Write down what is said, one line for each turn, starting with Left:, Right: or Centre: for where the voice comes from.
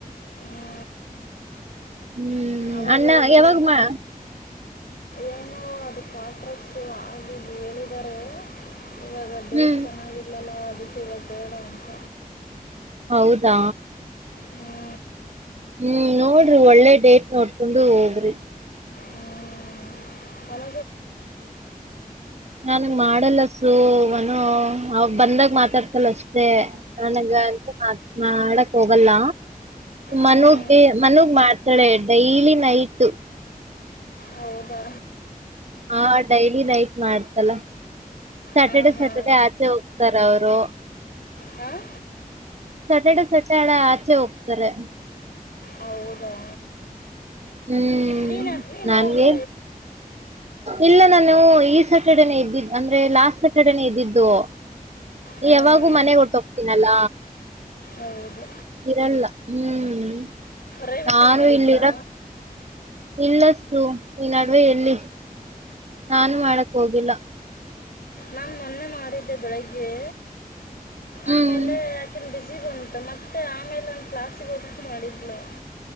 Left: ಹ್ಞೂ
Right: ಹ್ಮ್
Left: ಅವಾಗ
Right: ಅಣ್ಣ
Left: ಇವಾಗ
Right: ಯಾವಾಗ
Left: ಅದು
Right: ಮಾ
Left: ಏನೋ ಅದು ಕ್ವಾಟ್ರಸ್ ಆಗ ಹೇಳಿದರೆ ಇವಾಗ ಡೇಸ್
Right: ಹ್ಮ್
Left: ಚೆನ್ನಾಗಿಲಲ್ಲ ಅದಿಕ್ಕೆ ಇವಾಗ ಬೇಡ ಅಂತ
Right: ಹೌದಾ
Left: ಹ್ಞೂ
Right: ಹ್ಮ್ ನೋಡ್ರಿ ಒಳ್ಳೆ ಡೇಟ್ ನೋಡ್ಕೊಂಡು ಹೋಗ್ರಿ
Left: ಹ್ಮ್ ಅಲ
Right: ನಾನಗ್ ಮಾಡಲ್ಲ ಸೊ ಮನು ಅವಾಗ್ ಬಂದಾಗ ಮಾತಾಡ್ತಾಳೆ ಅಷ್ಟೆ ನನಗ ಅಂತ ಮಾಡಕ್ ಹೋಗಲ್ಲ
Left: ಹ್ಞೂ
Right: ಮನುಗೆ ಮನುಗ್ ಮಾಡ್ತಾಳೆ ಡೈಲಿ ನೈಟು
Left: ಹೌದಾ
Right: ಹಾ ಡೈಲಿ ನೈಟ್ ಮಾಡ್ತಾಳೆ ಸ್ಯಾಟರ್ಡೆ
Left: ಹಾಂ ಹಾಂ
Right: ಸ್ಯಾಟರ್ಡೆ ಆಚೆ ಹೋಗ್ ಸರ್ ಅವ್ರು
Left: ಹಾಂ
Right: ಸಾಟರ್ಡೆ ಸಾಟರ್ಡೆ ಆಚೆ ಹೋಗ್ತಾರೆ
Left: ಹೌದಾ
Right: ಹ್ಮ್
Left: ನೀ ನೀನ್
Right: ನನ್ಗೆ
Left: ಹೋಗು
Right: ಇಲ್ಲ ನಾನು ಈ ಸ್ಯಾಟರ್ಡೇನೆ. ಇದ್ದಿದ್ದ ಅಂದ್ರೆ ಲಾಸ್ಟ್ ಸ್ಯಾಟರ್ಡೇನೇ ಇದ್ದಿದ್ದು
Left: ಹಾಂ
Right: ಯಾವಾಗೂ ಮನೆ ಒಟ್ಟ ಹೋಗ್ತೀನಲ್ಲ
Left: ಹೌದು
Right: ಇರಲ್ಲ ಹ್ಮ್
Left: ರೇವತಿ
Right: ನಾನು
Left: ಮಾಡಿದ್ಲಾ
Right: ಇಲ್ಲಿರಕ್ ಇಲ್ಲ ಈ ನಡುವೆ ಎಲ್ಲಿ ನಾನು ಮಾಡಕ್ ಹೋಗಿಲ್ಲ
Left: ನಾನ್ ಮೊನ್ನೆ ಮಾಡಿದ್ದೆ ಬೆಳಿಗ್ಗೆ
Right: ಹ್ಮ್
Left: ಆಮೇಲೆ ಆಕಿಂದ್ ಬೀಝಿ ಜೀ ಬಂತು ಮತ್ತೆ ಆಮೇಲೆ ಒನ ಪ್ಲಾಸಿಗೆ ಓದಕ್ಕೆ ಮಾಡಿದ್ಲು.